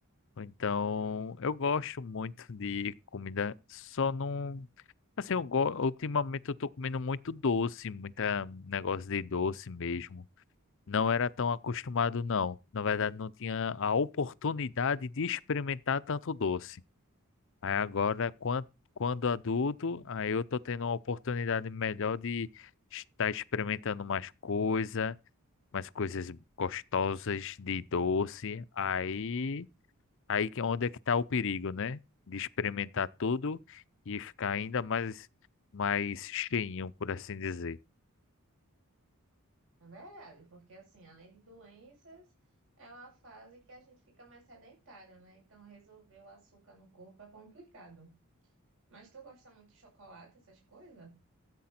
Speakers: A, on the left; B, on the right.
A: Então eu gosto muito de comida, só não. Assim, eu go- ultimamente eu tô comendo muito doce, muita um negócio de doce mesmo. Não era tão acostumado, não. Na verdade, não tinha a oportunidade de experimentar tanto doce. Aí agora, quan- quando adulto, aí eu tô tendo uma oportunidade melhor de estar experimentando mais coisa, mais coisas gostosas de doce. Aí, aí que é onde é que tá o perigo, né? De experimentar tudo e ficar ainda mais mais cheinho, por assim dizer.
B: É verdade, porque assim, além de doenças, é uma fase que a gente fica mais sedentário, né? Então resolver o açúcar no corpo é complicado. Mas tu gosta muito de chocolate, essas coisas?